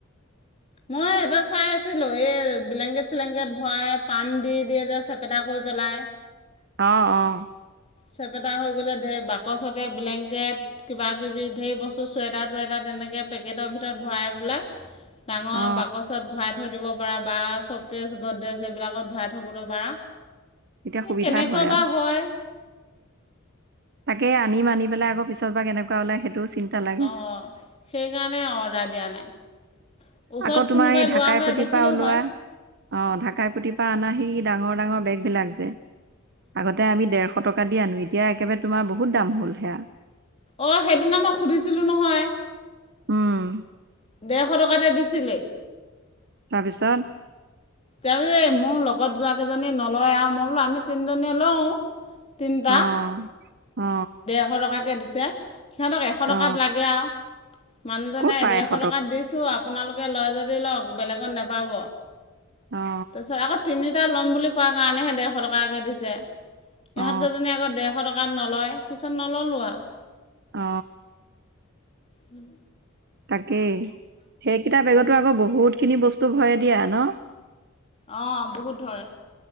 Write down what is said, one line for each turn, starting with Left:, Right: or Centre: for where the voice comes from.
Left: মই এটা চাই আছিলোঁ এই ব্লেংকেট চলেংকেট ভৰাই পাম দি দিয়ে যে চেপেটা কৰি পেলাই
Right: অঁ অঁ
Left: চেপেটা হৈ গ'লে ধেৰ বাকচতে ব্লেংকেট কিবা কিবি ঢেৰ বস্তু চুৱেটাৰ টুৱেটাৰ তেনেকৈ পেকেটৰ ভিতৰত ভৰাই পেলাই ডাঙৰ
Right: অ
Left: বাকচত ভৰাই থৈ দিব পাৰা বা চকেজ গড্ৰেজ এইবিলাকত ভৰাই থ'বলৈ পাৰা
Right: তেতিয়া সুবিধা
Left: কেনেকুৱা
Right: হয়
Left: বা
Right: আৰু
Left: হয়
Right: তাকে আনি মানি পেলাই আকৌ পিছত বা কেনেকুৱা ওলাই সেইটো চিন্তা লাগে
Left: অঁ সেইকাৰণে অৰ্ডাৰ দিয়া নাই ওচৰত
Right: আকৌ তোমাৰ
Left: কোনোবাই
Right: এই ঢাকাই
Left: লোৱা হয়
Right: পতি
Left: দেখিলোঁ
Right: পৰা ওলোৱা
Left: হয়
Right: অ ঢাকাইপতি আনা সি ডাঙৰ ডাঙৰ বেগ বিলাক যে আগতে আমি দেৰশ এশ টকা দি আনো এতিয়া একেবাৰে তোমাৰ বহুত দাম হ'ল সেয়া
Left: অঁ সেইদিনা মই সুধিছিলোঁ নহয়
Right: উম
Left: ডেৰশ টকাতে দিছিলে
Right: তাৰপিছত।
Left: তাৰপিছত এই মোৰ লগত যোৱাকেইজনীয়ে নলয় আৰু মই বোলো আমি তিনিজনীয়ে লওঁ। তিনটা।
Right: অ অ।
Left: স টকাকে দিছে সিহঁতক এশ টকাকে
Right: অ
Left: লাগে আও। মানুহজনে
Right: ক'ত পায়
Left: ডেৰশ
Right: এশ
Left: টকাত দিছোঁ আপোনালোকে লয় যদি লওক বেলেগত নপাব।
Right: অ
Left: তাৰপিছত আকৌ তিনিটা ল'ম বুলি কোৱা কাৰণেহে ডেৰশ টকাকে দিছে। ইহঁতকেইজনী
Right: অ
Left: আকৌ ডেৰশ টকাত নলয় পিছত নললো আৰু।
Right: অ।
Left: উওম।
Right: তাকেই সেইকেইটা বেগতো আকৌ বহুত খিনি বস্তু ভৰাই দিয়া ন।
Left: অঁ বহুত ধৰে।